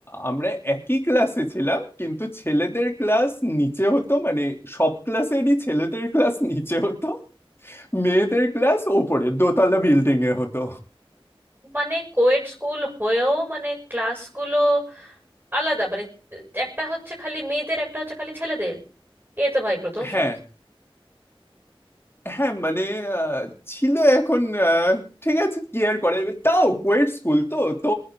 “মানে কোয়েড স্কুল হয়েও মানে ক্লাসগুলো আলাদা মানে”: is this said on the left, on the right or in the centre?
Right